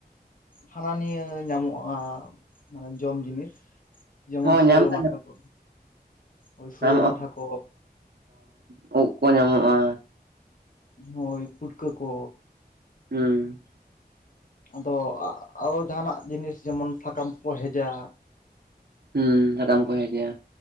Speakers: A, on the left; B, on the right.
A: ᱦᱟᱱᱟ ᱱᱤᱭᱟᱹ ᱧᱟᱢᱚᱜ-ᱟ ᱢᱟᱱᱮ ᱡᱚᱢ ᱡᱤᱱᱤᱥ᱾ ᱡᱮᱢᱚᱱ
B: ᱦᱚᱸ
A: ᱥᱩᱨᱟᱹ
B: ᱧᱟᱢ ᱫᱚ
A: ᱢᱟᱴᱷᱟ ᱠᱚ ᱦᱳᱭ ᱥᱩᱨᱟᱹ
B: ᱧᱟᱢᱚᱜᱼᱟ
A: ᱢᱟᱴᱷᱟ ᱠᱚ᱾
B: ᱠᱚ ᱩᱜ ᱠᱚ ᱧᱟᱢᱚᱜ-ᱟ᱾
A: ᱦᱳᱭ ᱯᱩᱴᱠᱟᱹ ᱠᱚ᱾
B: ᱦᱩᱸ᱾
A: ᱟᱫᱚ ᱟᱨᱚ ᱡᱟᱦᱟᱱᱟᱜ ᱡᱤᱱᱤᱥ ᱡᱮᱢᱚᱱ ᱥᱟᱠᱟᱢ ᱠᱚᱠᱚ ᱦᱮᱡᱟ᱾
B: ᱦᱩᱸ ᱥᱟᱠᱟᱢ ᱠᱚ ᱦᱮᱡᱟ᱾